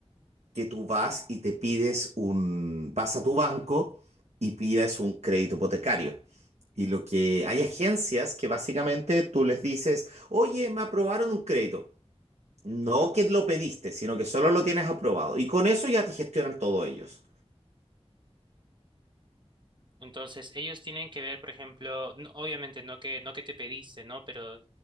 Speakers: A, on the right; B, on the right.
A: que tú vas y te pides un, vas a tu banco y pides un crédito hipotecario. Y lo que hay agencias que básicamente tú les dices, oye, me aprobaron un crédito. No que lo pediste, sino que solo lo tienes aprobado. Y con eso ya te gestionan todo ellos.
B: Entonces, ellos tienen que ver, por ejemplo, no- obviamente no que, no que te pediste, ¿no? Pero